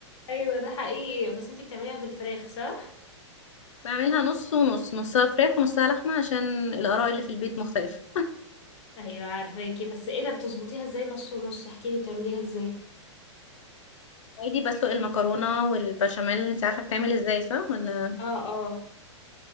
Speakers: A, on the left; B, on the left.
A: ايوه ده حقيقي بس انتي بتعمليها بالفراخ صح؟
B: <laughs> بعملها نص ونص نصها فراخ ونصها لحمه عشان الاراء اللي في البيت مختلفه
A: ايوه عارفاكي بس ايه ده بتظبطيها ازاي نص ونص احكيلي بتعمليها ازاي؟
B: عادي بسلق المكرونه والبشاميل انت عارفه بتعمل ازاي صح ولا
A: اه اه